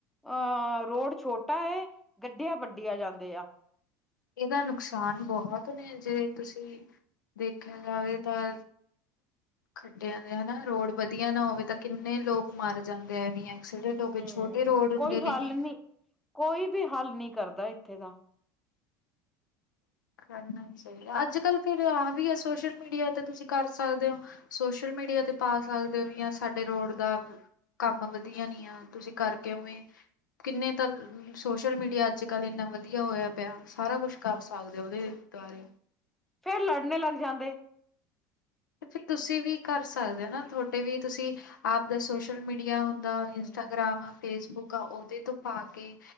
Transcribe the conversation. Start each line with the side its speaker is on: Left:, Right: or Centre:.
Centre: ਅ ਰੋਡ ਛੋਟਾ ਗੱਡੀਆਂ ਵੱਡੀਆਂ ਜਾਂਦੇ ਆ।
Left: ਇਹਦਾ ਨੁਕਸਾਨ ਬਹੁਤ ਨੇ ਜੇ ਤੁਸੀਂ ਦੇਖਿਆ ਜਾਵੇ ਤਾਂ ਖੱਡਿਆਂ ਦੇ ਹਨਾ ਰੋਡ ਵਧੀਆ ਨਾ ਹੋਵੇ ਤਾਂ ਕਿੰਨੇ ਲੋਕ ਮਰ ਜਾਂਦੇ ਐਵੇਂ। ਐਕਸੀਡੈਂਟ ਹੋ ਕੇ
Centre: ਹੂੰ
Left: ਛੋਟੇ ਰੋਡ ਹੁੰਦੇ
Centre: ਕੋਈ ਹੱਲ
Left: ਨੇ ਗੇ।
Centre: ਨੀ ਕੋਈ ਵੀ ਹੱਲ ਨਹੀਂ ਕਰਦਾ ਇੱਥੇ ਦਾ।
Left: ਕਰਨਾ ਚਾਹੀਦਾ, ਅੱਜ ਕੱਲ੍ ਫੇਰ ਆਹ ਵੀ ਹੈ ਸੋਸ਼ਲ ਮੀਡੀਆ ਤੇ ਤੁਸੀਂ ਕਰ ਸਕਦੇ ਹੋ। ਸੋਸ਼ਲ ਮੀਡੀਆ ਤੇ ਪਾ ਸਕਦੇ ਹੋ ਵੀ ਸਾਡੇ ਰੋਡ ਦਾ ਕੰਮ ਵਧੀਆ ਨੀ ਆ, ਤੁਸੀਂ ਕਰਕੇ ਉਵੇਂ ਕਿੰਨੇ ਤਾਂ ਸੋਸ਼ਲ ਮੀਡੀਆ ਅੱਜ ਕੱਲ੍ਹ ਏਨਾ ਵਧੀਆ ਹੋਇਆ ਪਿਆ ਸਾਰਾ ਕੁਛ <unintelligible> ਸਕਦੇ ਉਹਦੇ ਦੁਆਰੇ।
Centre: ਫੇਰ ਲੜਨੇ ਲੱਗ ਜਾਂਦੇ।
Left: ਫਰ ਤੁਸੀਂ ਵੀ ਕਰ ਸਕਦੇ ਹੋ ਨਾ, ਤੁਹਾਡੇ ਵੀ ਤੁਸੀਂ। ਆਪਦੇ ਸੋਸ਼ਲ ਮੀਡੀਆ ਹੁੰਦਾ,
Centre: ਹੂੰ
Left: ਇੰਸਟਾਗ੍ਰਾਮ ਆ ਫੇਸਬੁੱਕ ਆ ਉਹਦੇ ਤੋਂ ਪਾ ਕੇ।